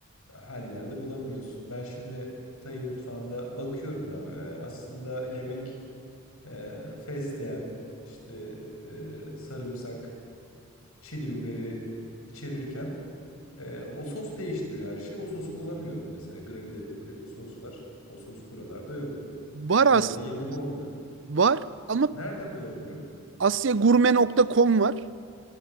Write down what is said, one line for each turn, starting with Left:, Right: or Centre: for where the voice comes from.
Left: her yerde bulamıyorsun. Ben şimdi Tay mutfağında bakıyorum abi. Aslında yemek e, fesleğen, işte e, sarımsak, çili biberi içerirken Ee, o sos değiştiriyor her şeyi. O sosu bulamıyorum mesela. Gravy dedikleri bir sos var. O sos buralarda yok.
Right: Var aslında
Left: Öyle de yemek olmuyor.
Right: var ama
Left: Nereden bulabilirim?
Right: Asyagurme nokta com var.